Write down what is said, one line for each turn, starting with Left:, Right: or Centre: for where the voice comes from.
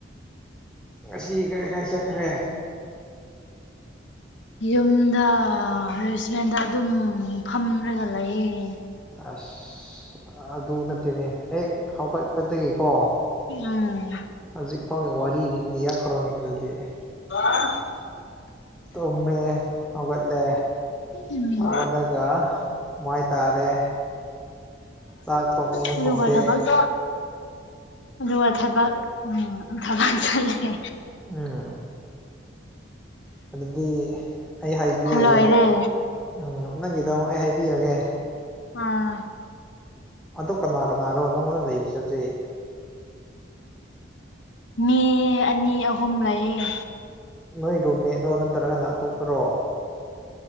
Centre: ꯉꯁꯤ ꯀꯥꯏ ꯀꯥꯏ ꯆꯠꯈ꯭ꯔꯦ
Left: ꯌꯨꯝꯗ ꯔꯦꯁꯇꯨꯔꯦꯟꯗ ꯑꯗꯨꯝ ꯐꯝꯔꯒ ꯂꯩꯌꯦ
Centre: ꯑꯁ ꯑꯗꯨ ꯅꯠꯇꯦꯅꯦ ꯍꯦꯛ ꯍꯧꯒꯠꯄꯗꯒꯤꯀꯣ
Left: ꯎꯝ
Centre: ꯍꯧꯖꯤꯛ ꯐꯥꯎꯒꯤ ꯋꯥꯔꯤ ꯂꯤꯔꯛꯈ꯭ꯔꯣꯅꯦ ꯑꯗꯨꯗꯤ
Left: <unintelligible>
Centre: ꯇꯨꯝꯃꯦ ꯍꯧꯒꯠꯂꯦ
Left: ꯎꯝ
Centre: ꯍꯧꯒꯠꯂꯒ ꯃꯥꯏ ꯇꯥꯔꯦ ꯆꯥꯛ ꯊꯣꯡꯉꯦ
Left: <inaudible> ꯑꯗꯨꯒ
Centre: ꯊꯣꯡꯗꯦ
Left: ꯊꯕꯛ ꯑꯗꯨꯒ ꯊꯕꯛ ꯎꯝ ꯊꯕꯛ ꯆꯠꯂꯦ
Centre: ꯎꯝ ꯑꯗꯨꯗꯤ ꯑꯩ ꯍꯥꯏꯕꯤꯔꯒꯦ
Left: ꯂꯣꯏꯔꯦ
Centre: ꯎꯝ ꯅꯪꯒꯤꯗꯣ ꯑꯩ ꯍꯥꯏꯕꯤꯔꯒꯦ
Left: ꯑꯥ
Centre: ꯑꯗꯣ ꯀꯅꯥ ꯀꯅꯥꯔꯣ ꯅꯪꯉꯣꯟꯗ ꯂꯩꯕꯁꯦ ꯍꯧꯖꯤꯛ
Left: ꯃꯤ ꯑꯅꯤ ꯑꯍꯨꯝ ꯂꯩꯌꯦ
Centre: ꯅꯣꯏ ꯔꯨꯝꯃꯦꯠꯂꯣ ꯅꯠꯇ꯭ꯔꯒꯅ ꯑꯇꯣꯞꯄꯔꯣ